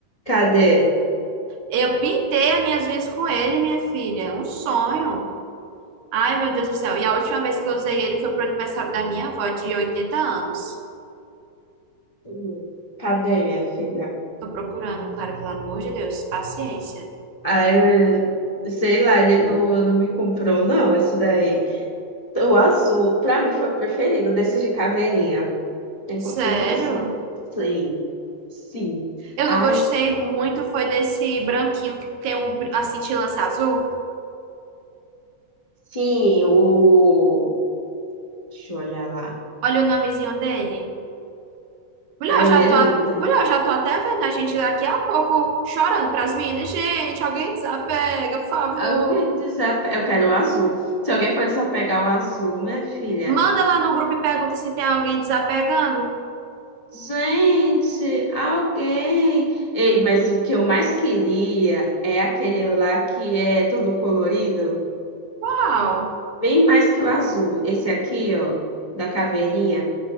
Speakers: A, on the left; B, on the right.
A: cadê?
B: Eu pintei as minhas unhas com ele, minha filha. É Um sonho. Ai, meu Deus do céu. E a última vez que eu usei ele foi pro aniversário da minha avó de 80 anos.
A: Hum, Cadê minha filha?
B: Tô procurando, Clara, pelo amor de Deus. Paciência.
A: Aí, eu- sei lá, ele não, não me comprou, não, esse daí. O azul, pra mim, foi o preferido desses de caveirinha. Sem,
B: Sério?
A: co- sem condição. Sim, sim.
B: Eu
A: Ai,
B: não gostei muito foi desse branquinho que tem um, a cintilância azul.
A: sim, o. Deixa eu olhar lá.
B: Olha o nomezinho dele. Mulher,
A: Ai,
B: eu já
A: ele é
B: tô,
A: lindo.
B: a- mulher, eu já tô até vendo a gente daqui a pouco chorando pras meninas. Gente, alguém desapega, por favor.
A: Alguém desape... Eu quero o azul. Se alguém for desapegar o azul, minha filha.
B: Manda lá no grupo e pergunta se tem alguém desapegando.
A: Gente, alguém. Ei, mas o que eu mais queria é aquele lá que é todo colorido.
B: Uau!
A: Bem mais que o azul. Esse aqui, ó, da caveirinha.